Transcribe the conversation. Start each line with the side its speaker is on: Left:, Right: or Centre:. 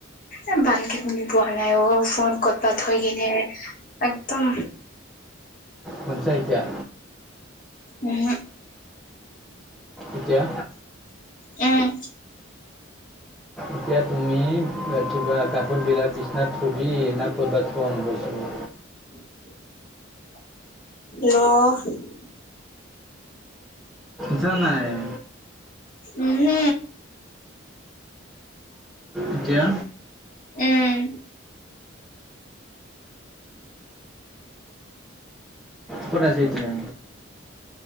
Left: এ ভালকে শুনি পোৱা নাই অ', ফোন কপাত থৈ কেনে একদম।
Centre: শুনচা, এতিয়া?
Left: উহো।
Centre: এতিয়া?
Left: উম।
Centre: এতিয়া তুমি <unintelligible> কাপোৰ বিলাক বিছনা থবি না কদবা <unintelligible> নাপাঁও!
Left: হেল্ল।
Centre: <inaudible> জানাই -
Left: উ হু
Centre: এতিয়া
Left: উম
Centre: ক'ত আছে এতিয়া?